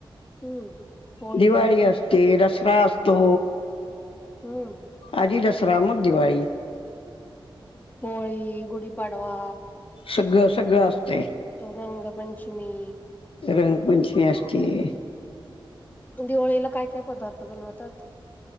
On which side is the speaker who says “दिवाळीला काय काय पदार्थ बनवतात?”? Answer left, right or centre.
Left